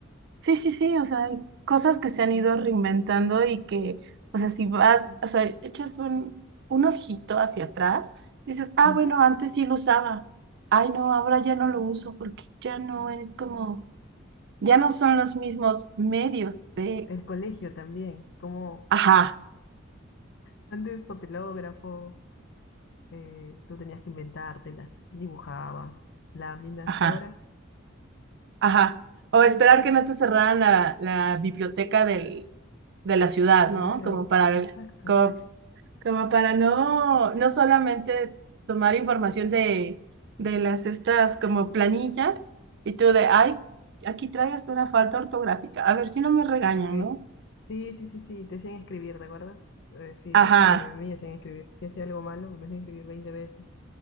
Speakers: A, on the right (about 60°); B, on the left (about 60°).
A: Sí, sí, sí, o sea, hay cosas que se han ido reinventando y que, o sea, si vas, o sea, echas un, un ojito hacia atrás, dices, ah,
B: Ujú,
A: bueno, antes sí lo usaba. Ay, no, ahora ya no lo uso porque ya no es como, ya no son los mismos medios de,
B: El colegio también, como
A: ajá,
B: antes papelógrafo, eh, tú tenías que inventártelas, dibujabas, láminas,
A: ajá.
B: ahora,
A: Ajá. O esperar que no te cerraran la, la biblioteca del, de la ciudad,
B: claro,
A: ¿no? Como para,
B: exacto,
A: como, como para no, no solamente tomar información de, de las estas como planillas y tú de, ay, aquí traes una falta ortográfica. A ver si no me regañan,
B: ok.
A: ¿no?
B: Sí, sí, sí, sí, te hacían escribir, ¿te acuerdas? Eh, sí,
A: Ajá,
B: ah, bueno, a mí me hacían escribir, si hacía algo malo, me hacían escribir 20 veces.